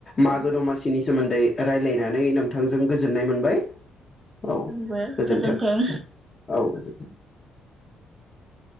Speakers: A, on the left; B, on the right.
A: मागो
B: औ
A: दमासिनि सोमो न्दै रायलायनानै नोंथांजों गोजोननाय मोनबाय। औ
B: आंबो
A: गोजोनथों
B: गोजोन्थों
A: औ गोजोन <inaudible>